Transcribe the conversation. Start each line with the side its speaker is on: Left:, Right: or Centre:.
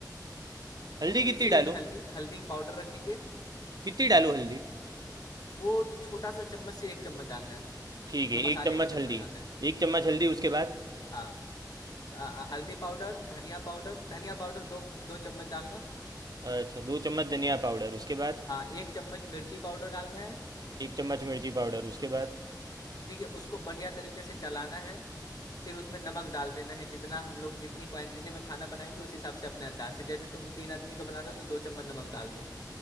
Right: हल्दी कितनी
Left: पीसी
Right: डालूँ
Left: हुई हल्दी हल्दी पाउडर रखेंगे
Right: कितनी डालूँ हल्दी
Left: वो छोटा सा चम्मच से एक चम्मच डालना है
Right: ठीक है
Left: जो मसाले
Right: एक चम्मच
Left: का चम्मच
Right: हल्दी
Left: आता है
Right: एक चम्मच हल्दी उसके बाद
Left: हाँ अ- हल्दी पाउडर धनिया पाउडर धनिया पाउडर दो दो चम्मच डालना
Right: अच्छा दो चम्मच धनिया पाउडर उसके बाद
Left: हाँ एक चम्मच मिर्ची पाउडर डालना है
Right: एक चम्मच मिर्ची पाउडर उसके बाद
Left: ठीक है उसको बढ़िया तरीके से चलाना है फिर उसमें नमक डाल देना है जितना हम लोग जितनी क्वांटिटी में खाना बनाएंगे उस हिसाब से अपने अंदाज से जैसे तुम तीन आदमी का बना रहे हो तो दो चम्मच नमक डाल दो